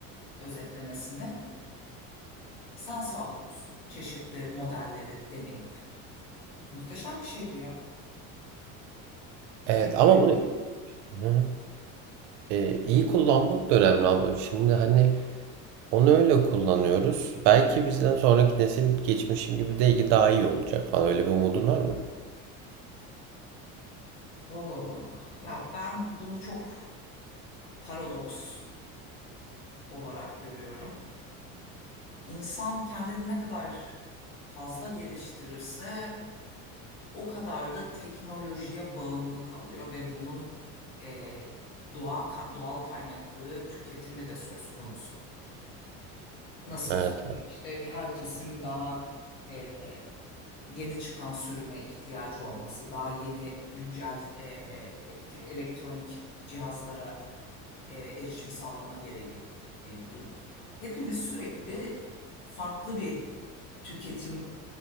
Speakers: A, on the left (about 85°); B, on the right (about 65°).
A: özetlemesini sen sağlıyorsun. Çeşitli modelleri deneyip. Muhteşem bir şey bu ya. Futurizm
B: Evet ama bunu
A: bu.
B: Hı hı. Ee, iyi kullanmak da önemli abi. Şimdi hani onu öyle kullanıyoruz. Belki bizden sonraki nesil geçmişim gibi de daha iyi olacak falan. Öyle bir umudun var mı?
A: Oo, ya ben bunu çok paradoks olarak görüyorum. İnsan kendini ne kadar fazla geliştirirse o kadar da teknolojiye bağımlı kalıyor ve bunun e, doğa ka- doğal kaynakları tüketimi de söz konusu. Nasıl
B: Evet,
A: söyleyeyim? İşte herkesin daha e, yeni çıkan sürüme ihtiyacı olması, daha yeni güncel e, te- elektronik cihazlara e, erişim sağlama gereği duyuyor. Hepimiz sürekli farklı bir tüketim